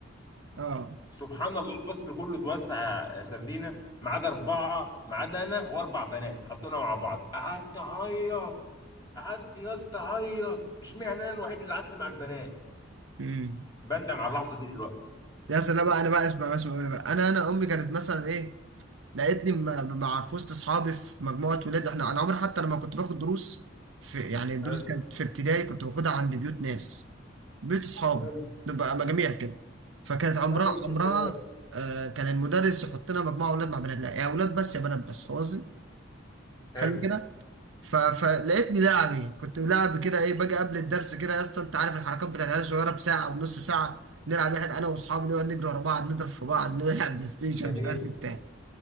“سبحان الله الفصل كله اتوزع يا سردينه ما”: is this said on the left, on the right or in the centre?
Left